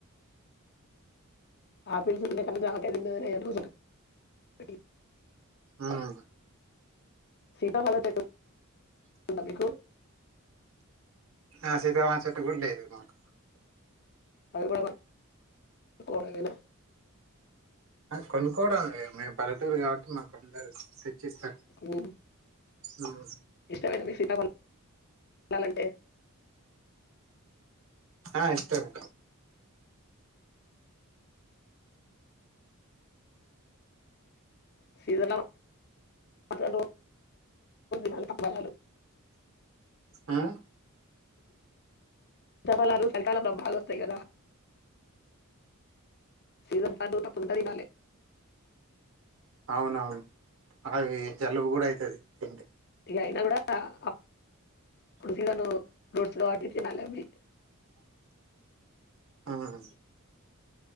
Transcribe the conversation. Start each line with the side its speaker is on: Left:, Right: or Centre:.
Left: ఆపిల్స్ తినే కంటే జామకాయలు తినడమే <unintelligible> రోజు ఒకటి
Right: ఉమ్
Left: సీతాఫలం చెట్టు ఉందా మీకు
Right: ఆ సీతాఫలం చెట్టు కూడా లేదు మాకు
Left: అవి కూడ కొనుక్కోవడమేనా
Right: కొనుక్కోవడం లే మేము పల్లెటూరు కాబట్టి మాకు అందరు తెచ్చిస్తారు.
Left: ఉమ్,
Right: ఉమ్
Left: ఇష్టమేనా మీకు సీతాఫలం తినాలంటే
Right: ఆ ఇష్టమే
Left: సీజన్ల మందు కొన్ని ఫలాలు
Right: ఆ
Left: సీతఫలాలు చలికాలంలో బాగా వస్తాయి కదా సీజన్ పండు అప్పుడు ఉంటే తినాలి
Right: అవునవును అవి జలుబు కూడా అయితది తింటే
Left: ఇక అయినా కూడా అప్పుడు సీజనల్ ఫ్రూట్స్ కాబట్టి తినాలి అవి
Right: ఉమ్